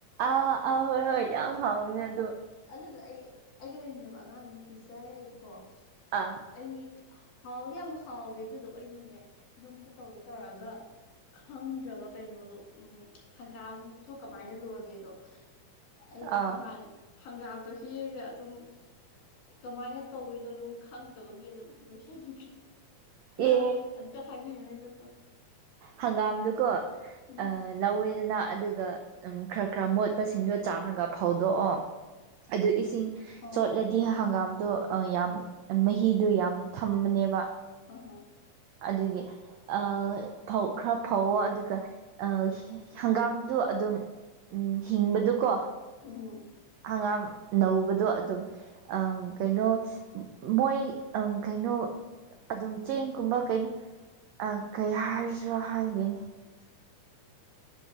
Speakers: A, on the right; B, on the left.
A: ꯑꯥ ꯑꯥ ꯍꯣꯏ ꯍꯣꯏ ꯌꯥꯝ ꯍꯥꯎꯕꯅꯦ ꯑꯗꯨ
B: ꯑꯗꯨꯗꯣ ꯑꯩ ꯑꯩꯒ ꯂꯩꯃꯤꯟꯅꯕ ꯑꯉꯥꯡꯗꯨꯅ ꯄꯤꯖꯔꯛꯑꯦꯕꯀꯣ
A: ꯑꯥ
B: ꯑꯩ ꯍꯥꯎꯗꯤ ꯌꯥꯝ ꯍꯥꯎꯋꯦ ꯑꯗꯨꯗꯣ ꯑꯩꯅꯅꯦ ꯌꯨꯝꯗ ꯇꯧꯒꯦ ꯇꯧꯔꯒ ꯈꯪꯗ꯭ꯔꯕ ꯀꯩꯅꯣꯗꯣ ꯎꯝ ꯍꯪꯒꯥꯝꯗꯣ ꯀꯃꯥꯏꯅ ꯂꯣꯏꯒꯦꯗꯣ ꯑꯩ
A: ꯑꯥ
B: ꯅꯍꯥꯟ ꯍꯪꯒꯥꯝꯗꯣ ꯍꯦꯛꯑꯒ ꯑꯗꯨꯝ ꯀꯃꯥꯏꯅ ꯇꯧꯔꯤꯗꯣ ꯑꯗꯨꯝ ꯈꯪꯗꯕꯒꯤ ꯑꯗꯨꯝ ꯂꯣꯏꯁꯟꯒꯔ꯭ꯦ꯫ ꯅꯪ
A: ꯑꯦ
B: ꯑꯝꯇ ꯍꯥꯏꯕꯤꯌꯨꯅꯦ ꯑꯝꯇ ꯆꯣ
A: ꯍꯪꯒꯥꯝꯗꯨꯀꯣ
B: ꯎꯝ
A: ꯑꯥ ꯂꯧꯋꯦꯗꯅ ꯑꯗꯨꯒ ꯈꯔ ꯈꯔ ꯃꯣꯠꯄꯁꯤꯡꯗꯣ ꯆꯥꯝꯔꯒ ꯐꯧꯗꯣꯛꯑꯣ ꯑꯗꯨ ꯏꯁꯤꯡ
B: ꯑꯣ
A: ꯆꯣꯠꯂꯗꯤ ꯍꯪꯒꯥꯝꯗꯣ ꯑꯥ ꯌꯥꯝ ꯃꯍꯤꯗꯨ ꯌꯥꯝ ꯊꯝꯕꯅꯦꯕ
B: ꯑꯥ
A: ꯑꯗꯨꯒꯤ ꯑ ꯐꯧ ꯈꯔ ꯐꯧꯋꯣ ꯑꯗꯨꯒ ꯑꯥ ꯍꯤ ꯍꯪꯒꯥꯝꯗꯨ ꯑꯗꯨꯝ ꯎꯝ ꯍꯤꯡꯕꯗꯨꯀꯣ
B: ꯎꯝ
A: ꯍꯪꯒꯥꯝ ꯅꯧꯕꯗꯣ ꯑꯗꯨꯝ ꯑꯪ ꯀꯩꯅꯣ ꯁ ꯃꯣꯏ ꯑꯪ ꯀꯩꯅꯣ ꯑꯗꯨꯝ ꯆꯦꯡꯒꯨꯝꯕ ꯀꯩꯅꯣ ꯑ ꯀꯩ ꯍꯥꯏꯁꯤꯔꯣ ꯍꯥꯏꯔꯤꯅꯦ
B: <unintelligible>